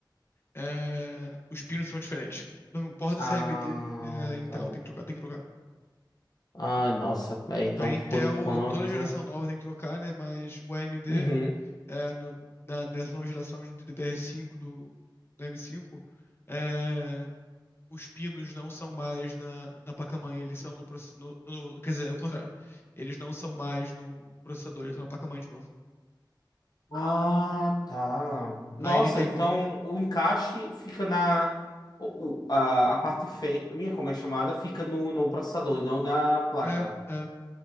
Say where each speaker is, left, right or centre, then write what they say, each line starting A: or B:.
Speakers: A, on the left; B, on the left.
A: É, os pinos são diferentes. Não importa
B: Ah,
A: se é AMD ou se é Intel,
B: tá.
A: tem que trocar, tem que trocar.
B: Ah, nossa. É, então,
A: A Intel,
B: por enquanto.
A: toda geração nova tem que trocar, né? Mas o AMD,
B: Uhum.
A: é, no- na- nessa nova geração de DDR5 do, do M5, é, os pinos não são mais na, na placa-mãe, eles são no, process- no, no- Quer dizer, é o contrário. Eles não são mais no processador, eles são na placa-mãe de novo.
B: Ah, tá.
A: Aí
B: Nossa,
A: nem tem
B: então
A: como.
B: o encaixe fica na. o- o- a, a parte fêmea, como é chamada, fica no, no processador e não na placa.
A: É, é.